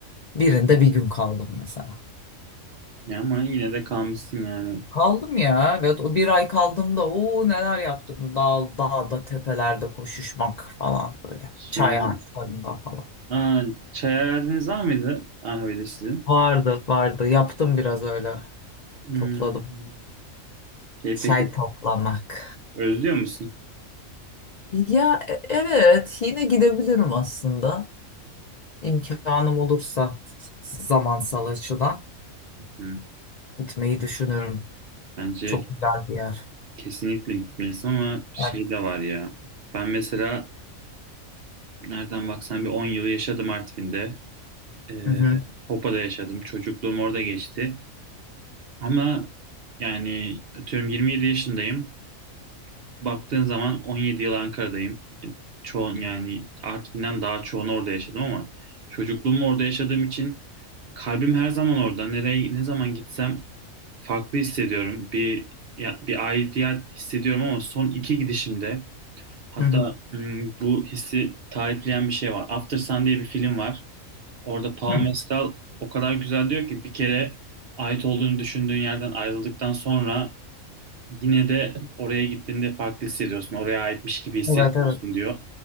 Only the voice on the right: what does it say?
Ya ama yine de kalmışsın yani.
Şimdi
aa, çay araziniz var mıydı Ahve'de sizin?
Hmm.
Şey
peki
özlüyor musun?
Hı.
Bence
kesinlikle gitmelisin ama şey
de var ya. Ben mesela nereden baksan bir 10 yıl yaşadım Artvin'de. Ee,
Hopa'da yaşadım. Çocukluğum orada geçti. Ama yani atıyorum 27 yaşındayım. Baktığın zaman 17 yıl Ankara'dayım. E, Çoğun yani Artvin'den daha çoğunu orada yaşadım ama çocukluğumu orada yaşadığım için kalbim her zaman orada. Nereye ne zaman gitsem farklı hissediyorum. Bir ya, bir aidiyet hissediyorum ama son iki gidişimde hatta
hmm, bu hissi tarifleyen bir şey var. After Sun diye bir film var. Orada Pau
Mescal o kadar güzel diyor ki bir kere ait olduğunu düşündüğün yerden ayrıldıktan sonra yine de oraya gittiğinde farklı hissediyorsun. Oraya aitmiş gibi hissetmiyorsun
diyor.